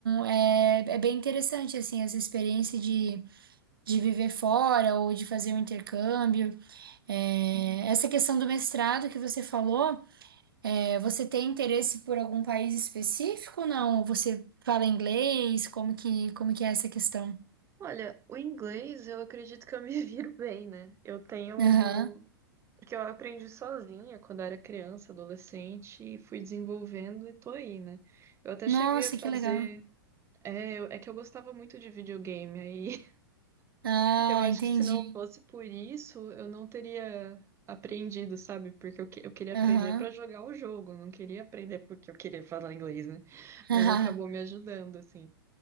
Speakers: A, on the right; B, on the right.
A: é, é bem interessante assim essa experiência de de viver fora ou de fazer um intercâmbio. É, essa questão do mestrado que você falou, é, você tem interesse por algum país específico ou não? Você fala inglês? Como que, como que é essa questão?
B: Olha, o inglês eu acredito que eu me <laughs> viro bem, né? Eu tenho.
A: Aham.
B: Porque eu aprendi sozinha quando eu era criança, adolescente, e fui desenvolvendo e tô aí, né? Eu até
A: Nossa,
B: cheguei a fazer.
A: que legal.
B: É, eu- é que eu gostava muito de videogame, aí
A: Ah,
B: Eu acho
A: entendi.
B: que se não fosse por isso, eu não teria aprendido, sabe? Porque eu, que- eu queria aprender
A: Aham.
B: pra jogar o jogo, não queria aprender porque eu queria falar inglês, né?
A: <laughs>
B: Mas acabou me ajudando, assim.